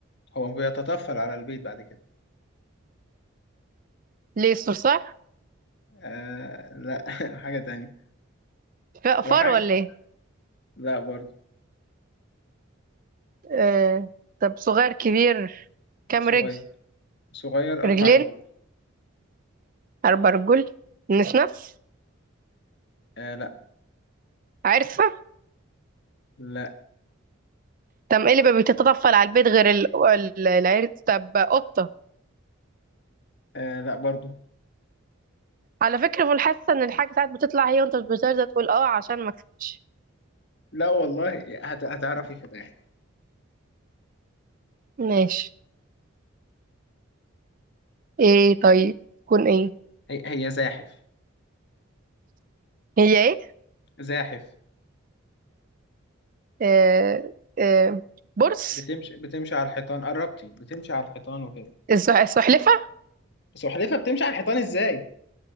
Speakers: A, on the left (about 55°); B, on the right (about 40°).
A: هو بيتطفل على البيت بعد كده
B: ليه صرصار
A: آه لا <laughs> حاجة تانية
B: ف-
A: هو
B: فار
A: حاجة
B: ولا ايه
A: لا برضو
B: آه طب صغير كبير كام
A: صغير
B: رجل
A: صغير
B: رجلين
A: أربع رجول
B: اربع رجول نس نفس
A: آه لا
B: عرسة
A: لا
B: طب ايه اللي ما بيتطفل على البيت غير ال- ال- العرس طب قطة
A: آه لا برضو
B: على فكرة في الحاسة ان الحاجة ساعات بتطلع هي وانت مش بترضى تقول اه عشان ما اكسبش
A: لا والله هت... هتعرفي في الآخر
B: ماشي ايه طيب تكون ايه
A: هي... هي زاحف
B: هي ايه
A: زاحف
B: آه آه بورس
A: بتمشي بتمشي على الحيطان قربتي بتمشي على الحيطان وكده
B: السح- السحلفة
A: بس وحدتها بتمشي على الحيطان ازاي